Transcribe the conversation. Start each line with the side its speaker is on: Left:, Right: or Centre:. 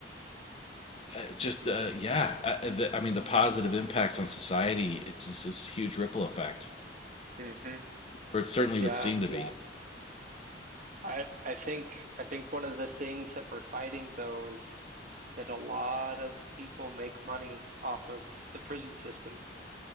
Left: uh, just uh, yeah, I, the, I mean, the positive impacts on society, it's just this huge ripple effect,
Right: hmm
Left: or it certainly
Right: Yeah.
Left: would seem to be.
Right: I I think I think one of the things that we're fighting though is that a lot of people make money off of the prison system.